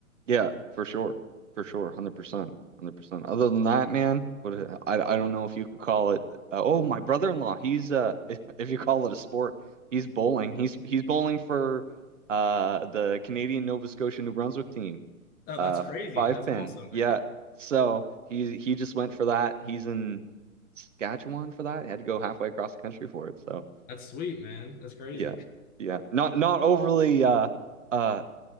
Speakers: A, on the right (about 55°); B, on the left (about 20°).
A: Yeah, for sure, for sure, one hundred percent, one hundred percent. Other than that, man, what a- I I don't know if you could call it. Uh, oh, my brother-in-law, he's uh <laughs> if, if you call it a sport, he's bowling. He's he's bowling for uh the Canadian Nova Scotia New Brunswick team.
B: Oh,
A: Uh,
B: that's crazy.
A: five
B: That's
A: pin.
B: awesome.
A: Yeah. So he he just went for that. He's in Saskatchewan for that. Had to go halfway across the country for it. So
B: That's sweet, man. That's crazy.
A: yeah, yeah. Not not overly uh uh